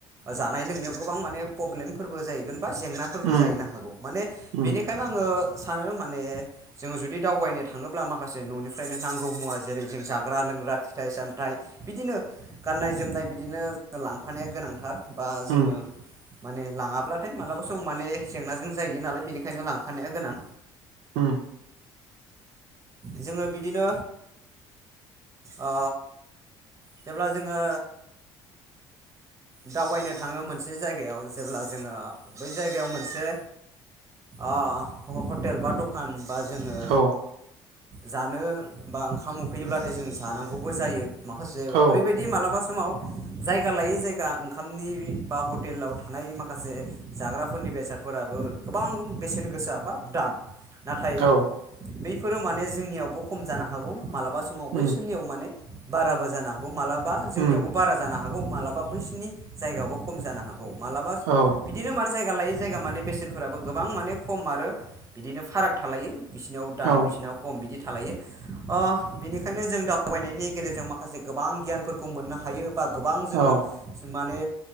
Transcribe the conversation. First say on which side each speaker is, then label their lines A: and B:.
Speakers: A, on the right; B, on the right.
A: जानाय लोंनायाव गोबां माने प्रब्लेमफोरबो जाहैगोन बा जेंना फोरबो
B: उम
A: जाहैनो हागौ माने
B: उम
A: बेनिखायनो आंङो सानो माने जोंङो जुदि दावबायनाय थाङोब्ला माखासे न'निफ्रायनो नांगौ मुवा जेरै जाग्रा लोंग्रा फिथाय सामथाइ बिदिनो गाननाय जोमनाय बिदिनो लांफानाया गोनांथारबा जोंङो
B: उम
A: माने लाङाब्लाथाय मालाबा सम माने जेंनाजों जायो नालाय बेनिखायनो लांफानाया गोनां।
B: अम
A: जोंङो बिदिनो अ जेब्ला जोंङो
B: <inaudible>
A: दावबायनो थाङो मोनसे जायगायाव जेब्ला जोंङो बै जायगायाव मोनसे अ हटेल बा दखान बा जोंङो।
B: औ
A: जानो बा ओंखाम उखैयोब्लाथाय जों जानांगौबो जायो माखासे
B: औ
A: ओरैबाय बिदि मालाबा समाव जायगा लायै जायगा ओंखामनि बा हटेलाव थानाय माखासे जाग्राफोरनि बेसादफोराबो गोबां बेसेन गोसा बा दाम नाथाय
B: औ
A: बैफोरो माने जोंनियावबो खम जानो हागौ मालाबा समाव बैसोरनियाव
B: उम
A: माने बाराबो जानो हागौ मालाबा जोंनियावबो
B: उम
A: बारा जानो हागौ मालाबा बैसोरनि जायगायावबो खम जानो हा गौ मालाबा
B: औ
A: बिदिनो माने जायगा लायै जायगा माने बेसेनफोराबो गोबां माने खम आरो बिदिनो फाराग थालायो बिसिनियाव दाम
B: औ
A: बिसोरनाव दाम खम बिदि थालायो बिनिखायनो जों दा दावबायनायनि गेजेरजों माखासे गोबां गियानफोरखौ मोननो हायो बा गोबां जोंङो
B: औ
A: माने